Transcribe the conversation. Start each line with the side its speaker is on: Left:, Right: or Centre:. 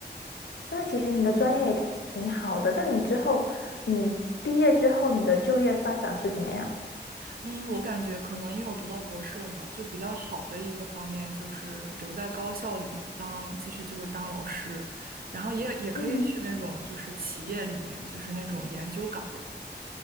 Left: 那其实你的专业也挺挺好的，但你之后，你毕业之后，你的就业发展是怎么样？
Right: 嗯，我感觉可能因为我读到博士了嘛，就比较好的一个方面就是留在高校里面当继续就是当老师，然后也也可以去那种就是企业里面就是那种研究岗位。
Left: 嗯。